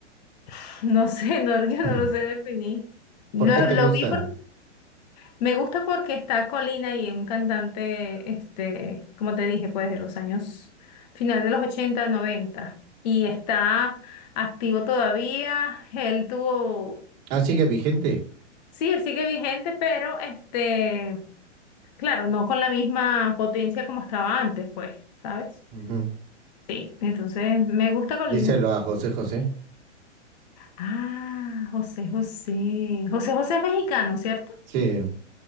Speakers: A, on the left; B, on the right.
A: <laughs> No sé, no, yo
B: Mm.
A: no lo sé definir. Lo,
B: ¿Por qué te
A: lo
B: gusta?
A: vi porque me gusta porque está Colina y es un cantante, este, como te dije, pues de los años final de los 80, noventa Y está activo todavía. Él tuvo,
B: Ah, sigue vigente.
A: sí, él sigue vigente, pero este, claro, no con la misma potencia como estaba antes, pues, ¿sabes?
B: Ujú.
A: Sí, entonces me gusta Colina.
B: Díselo a José José.
A: Ah, José José. José José es mexicano, ¿cierto?
B: Sí,